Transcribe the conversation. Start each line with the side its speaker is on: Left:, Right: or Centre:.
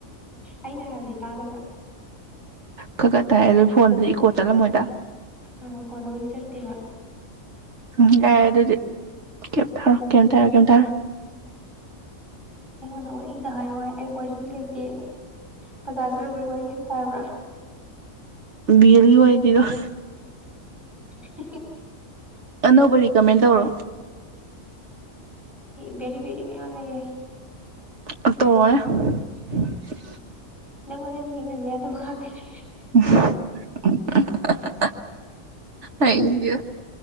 Centre: ꯑꯩꯅ ꯍꯥꯢꯕꯗꯤ ꯇꯥꯗꯕ꯭ꯔ
Right: ꯈꯒ ꯇꯥꯏ ꯑꯗꯣ ꯐꯣꯟꯗꯤ ꯏꯀꯣ ꯆꯠꯂꯝꯃꯣꯏꯗ
Centre: ꯎꯝ ꯐꯣꯟꯗꯕꯨꯗꯤ ꯆꯠꯇꯦꯕ
Right: ꯎꯝ ꯌꯥꯔꯦ ꯗꯨꯗꯤ ꯀꯦꯝ ꯇꯥꯔꯣꯢ
Centre: ꯎꯝ
Right: ꯀꯦꯝ ꯇꯥꯔꯣꯢ
Centre: ꯑꯩꯉꯣꯟꯗ ꯋꯥꯔꯤꯗ ꯍꯥꯏꯔꯣ ꯍꯥꯏ ꯑꯩ ꯋꯥꯔꯤ ꯂꯩꯇꯦ ꯕꯖꯥꯔ ꯆꯠꯂꯨꯕꯩ ꯋꯥꯔꯤ ꯇꯥꯕ꯭ꯔ
Right: ꯕꯤꯌꯦꯜꯒꯤ ꯋꯥꯔꯤ ꯂꯤꯔꯛ ꯑꯣ
Centre: <inaudible>
Right: ꯑꯅꯧꯕ ꯔꯤꯀꯃꯦꯟ ꯇꯧꯔꯣ
Centre: ꯕꯦꯔꯤ-ꯕꯦꯔꯤ ꯃꯌꯥꯝ ꯂꯩꯔꯦ꯫
Right: ꯑꯝ ꯇꯧꯔꫭꯅꯦ꯫ <unintelligible>
Centre: ꯅꯪꯉꯣꯟꯗꯗꯤ ꯌꯦꯡꯍꯟꯕ ꯌꯥꯗꯕ ꯉꯥꯛꯇꯅꯦ꯫
Right: <unintelligible> <unintelligible> ꯑꯩꯗꯤ